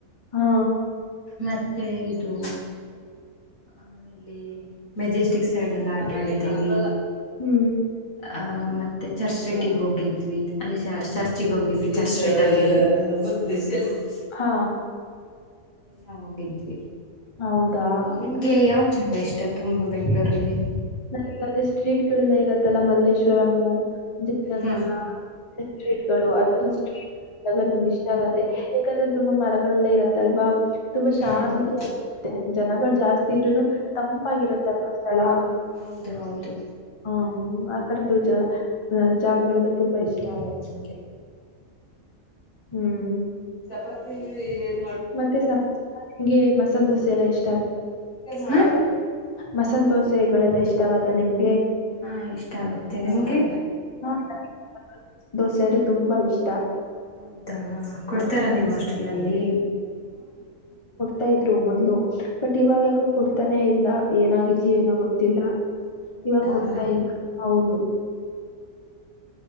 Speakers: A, on the left (about 20°); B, on the left (about 65°).
A: ಹಾ
B: ಮತ್ತೆ ಇದು ಆ ಇಲ್ಲಿ ಮೆಜೆಸ್ಟಿಕ್ ಸೈಡ್ ಎಲ್ಲ ಅಡ್ಡಾಡಿದ್ದೀವಿ.
A: ಹ್ಮ್
B: ಆ ಮತ್ತೆ ಚರ್ಚ್ ಸ್ಟ್ರೀಟಿಗೆ ಹೋಗಿದ್ವಿ ಅಲ್ಲಿ ಚ ಚರ್ಚಿಗೆ ಹೋಗಿದ್ವಿ ಚರ್ಚ್ ಸ್ಟ್ರೀಟ್ ಅಲ್ಲಿ <unintelligible>
A: ಹಾ
B: ಎಲ್ಲಾ ಹೋಗಿದ್ವಿ
A: ಹೌದಾ
B: ನಿಮ್ಗೆ ಯಾವ್ ಜಾಗ ಇಷ್ಟ ತುಂಬ ಬೆಂಗ್ಳೂರಲ್ಲಿ
A: ನನ್ಗ ಅದೇ ಸ್ಟ್ರೀಟ್ಗಳೆಲ್ಲ ಇರತ್ತಲ್ಲ ಮಲ್ಲೇಶ್ ವರಂ ಜಯನಗರ
B: ಹಾ
A: ಫುಡ್ಸ್ಟ್ರೀಟ್ಗಳು ಆತರದ್ ಸ್ಟ್ರೀಟ್ ಜಾಗ ನಂಗ ಇಷ್ಟ ಆಗತ್ತೆ ಯಾಕಂದ್ರೆ ತುಂಬಾ ಮರಗಳೆಲ್ಲ ಇರತ್ತಲ್ವಾ ತುಂಬಾ
B: ಹಾ
A: ಶಾಂತಿಯಾಗಿರುತ್ತೆ
B: ಹೌದು
A: ಜನಗಳು ಜಾಸ್ತಿ ಇದ್ರುನು ತಂಪಾಗಿರತ್ತಲ್ವ ಸ್ಥಳ
B: ಹೌದು ಹೌದು
A: ಹ್ಮ್ ಆ ತರದ್ದು ಜ ಜಾಗಗಳೆಲ್ಲ ತುಂಬಾ ಇಷ್ಟ ಆಗತ್ತೆ ನಂಗೆ ಹ್ಮ್
B: <unintelligible>
A: ಮತ್ತೆ ಸಂಗೆ ಮಸಾಲೆ ದೋಸೆ ಎಲ್ಲಾ ಇಷ್
B: ಹಾ
A: ಮಸಾಲೆ ದೋಸೆಗಳೆಲ್ಲ ಇಷ್ಟ ಆಗುತ್ತಾ ನಿಮ್ಗೆ
B: ಹಾ ಇಷ್ಟ ಆಗುತ್ತೆ ನಿಮ್ಗೆ
A: ಹಾ ನನಗೆ ಮಸಾಲ್ ದೋಸೆ ಅಂದ್ರೆ ತುಂಬಾ ಇಷ್ಟ.
B: ಹೌದಾ ಕೊಡ್ತಾರಾ
A: ಹ್ಮ್.
B: ನಿಮ್ಮ ಹಾಸ್ಟೆಲ್ನಲ್ಲಿ
A: ತಾ ಇದ್ರು ಮೊದ್ಲು ಬಟ್ ಇವಾಗ ಯಾಕೋ ಕೊಡ್ತಾನೆ ಇಲ್ಲ ಏನಾಗಿದ್ಯೋ ಏನೋ ಗೊತ್ತಿಲ್ಲ
B: ಹೌದಾ
A: ಇವಾಗ ಕೊಡ್ತಾ ಇಲ್ಲ ಹೌದು